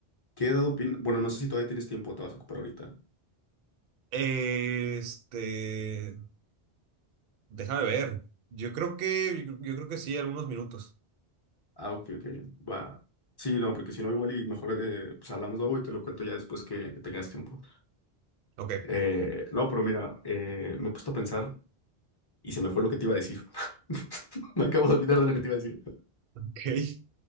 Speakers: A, on the left; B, on the right.
A: ¿Qué edad opinas? Bueno, no sé si todavía tienes tiempo, te vas a ocupar ahorita.
B: Este, déjame ver. Yo creo que, yo, yo creo que sí, algunos minutos.
A: Ah, ok, ok, va. Sí, no, porque si no, igual y mejor eh, pues hablamos luego y te lo cuento ya después que, que tengas tiempo.
B: Ok,
A: Eh, no, pero mira, eh, me he puesto a pensar y se me fue lo que te iba a decir. <laughs> Me acabo de olvidar de lo que te iba a decir.
B: ok.